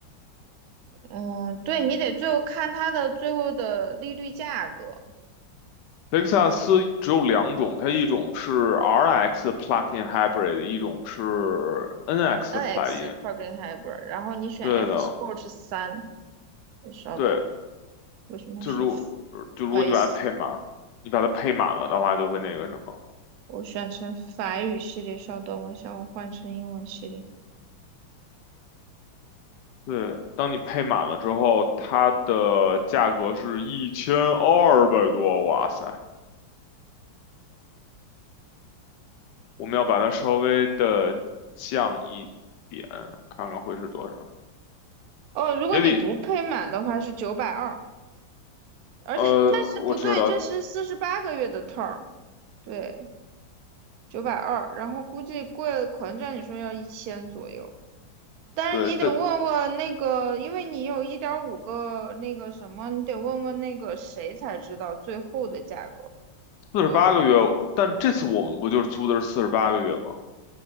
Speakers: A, on the right; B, on the left.
A: 嗯，对你得最后看它的最后的利率价格
B: 雷克萨斯只有两种，它一种是 RX plug-in hybrid，一种是 NX
A: ，NX
B: plug-in。
A: plug-in hybrid，然后你选
B: 对的，
A: F Sport 三。稍等，
B: 对，
A: 为什么是？
B: 就如就如果你把它配满，
A: 不好意思，
B: 你把它配满了的话，就会那个什么。
A: 我选成法语系列，稍等，我想我换成英文系列。
B: 对，当你配满了之后，它的价格是一千二百多，哇塞！我们要把它稍微的降一点，看看会是多少，
A: 哦，如果你不配满的话是九百二，
B: 也比
A: 而且但是不对，
B: 呃，我知道，
A: 这是四十八个月的 term，对，九百二，然后估计贵，可能照你说要一千左右。但是你得问问那个，
B: 对，但
A: 因为你有一点五个那个什么，你得问问那个谁才知道最后的价格
B: 四十八个月，
A: 是多少。
B: 但这次我们不就是租的是四十八个月吗？